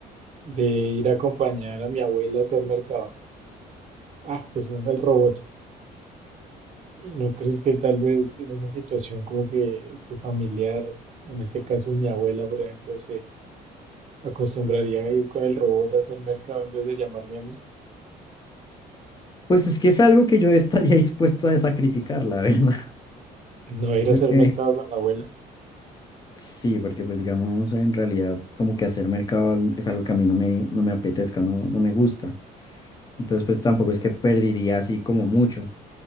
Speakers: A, on the right; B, on the left.
A: de ir a acompañar a mi abuela a hacer mercado. Ah, pues manda el robot. ¿Y no crees que tal vez en esa situación como que tu familiar, en este caso mi abuela, por ejemplo, se acostumbraría a ir con el robot a hacer mercado en vez de llamarme a mí?
B: Pues es que es algo que yo estaría <laughs> dispuesto a sacrificar, la verdad. <laughs>
A: No ir
B: Creo
A: a hacer
B: que
A: mercado con la abuela.
B: sí, porque pues digamos, en realidad como que hacer mercado es algo que a mí no me, no me apetezca, no, no me gusta. Entonces pues tampoco es que perdería así como mucho.